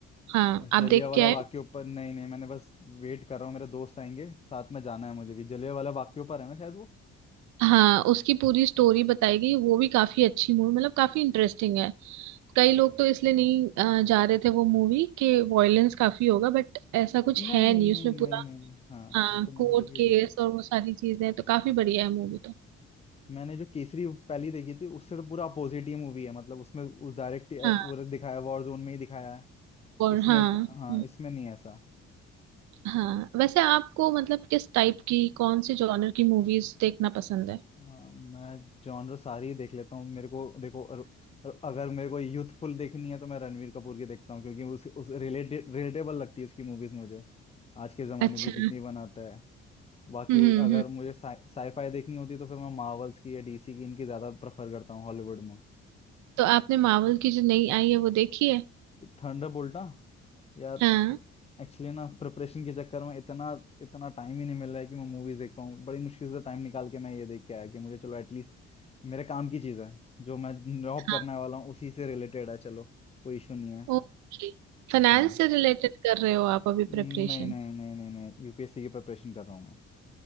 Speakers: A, on the right; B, on the left.
A: हाँ आप
B: जलिया
A: देख
B: वाला
A: के आए
B: वाक्य
A: हो?
B: ऊपर नहीं नहीं मैंने बस वेट कर रहा हूँ मेरे दोस्त आएंगे साथ में जाना है मुझे भी जलिया वाला वाक्य ऊपर है ना शायद वो
A: हाँ उसकी पूरी स्टोरी बताई गई वो भी काफी अच्छी मूवी मतलब काफी इंटरेस्टिंग है कई लोग तो इसलिए नहीं अ, जा रहे थे वो मूवी कि वॉयलेंस काफी होगा बट ऐसा कुछ
B: नहीं
A: है नहीं
B: नहीं
A: उसमें पूरा
B: नहीं नहीं हाँ
A: हाँ
B: वो तो मैंने
A: कोर्ट
B: रिव्यू
A: केस
B: देखी
A: और वो सारी चीजें हैं, तो काफी बढ़िया है मूवी तो
B: मैंने जो केसरी पहली देखी थी उससे तो पूरा अपोजिट ही मूवी है मतलब उसमें उस डायरेक्ट
A: हाँ
B: वो दिखाया वॉर जोन में ही दिखाया है
A: और
B: इसमें
A: हाँ
B: इतना- हाँ
A: हम्म,
B: इसमें नहीं है ऐसा
A: हाँ वैसे आपको मतलब किस टाइप की कौन से जॉनर की मूवीज देखना पसंद है
B: हाँ, मैं जॉनर सारी ही देख लेता हूँ मेरे को देखो अर- अर- अगर मेरे को यूथफुल देखनी है तो मैं रणवीर कपूर की देखता हूँ क्योंकि उस उस रिलेटेड रिलेटेबल लगती है उसकी मूवीज मुझे आज के जमाने
A: अच्छा
B: की जितनी बनाता है बाकी
A: हम्म
B: अगर
A: हम्म
B: मुझे साईफाई देखनी होती तो फिर मैं मार्वल्स की या डीसी की इनकी ज्यादा प्रेफर करता हूँ हॉलीवुड में
A: तो आपने मार्वल की जो नई आई है वो देखी है
B: थंडरबोल्ट ना यार
A: हाँ
B: एक्चुअली ना प्रिपरेशन के चक्कर में इतना इतना टाइम ही नहीं मिल रहा है कि मैं मूवीज देख पाऊँ बड़ी मुश्किल से टाइम निकाल के मैं ये देख के आया कि मुझे चलो एटलीस्ट मेरे काम की चीज़ है जो मैं जॉब
A: हाँ
B: करने वाला हूँ उसी से रिलेटेड है चलो कोई इशू नहीं है
A: ओके फाइनेंस
B: हाँ
A: से रिलेटेड कर रहे हो आप अभी
B: नहीं
A: प्रिपरेशन
B: नहीं नहीं नहीं नहीं यूपीएससी की प्रिपरेशन कर रहा हूँ मैं